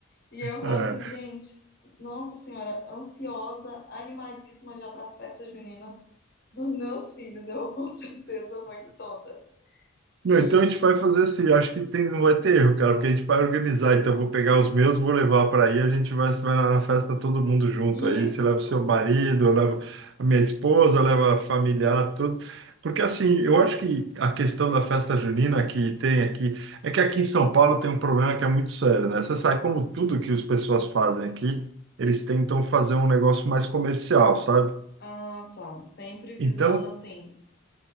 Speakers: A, on the left; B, on the right.
A: E eu falo
B: É.
A: assim, gente, nossa senhora, ansiosa, animadíssima já para as festas juninas dos meus filhos. Eu com <laughs> certeza vou em todas.
B: Não,
A: E
B: então a gente vai fazer assim, acho que tem, não vai ter erro, cara, porque a gente vai organizar. Então eu vou pegar os meus, vou levar para aí, a gente vai, vai na na festa todo mundo junto
A: isso.
B: aí. Você leva o seu marido, eu levo a minha esposa, leva a familiar, tudo. Porque assim, eu acho que a questão da festa junina que tem aqui, é que aqui em São Paulo tem um problema que é muito sério, né? Você sabe, como tudo que as pessoas fazem aqui, eles tentam fazer um negócio mais comercial, sabe?
A: Ah, tá. Sempre visando
B: Então,
A: assim,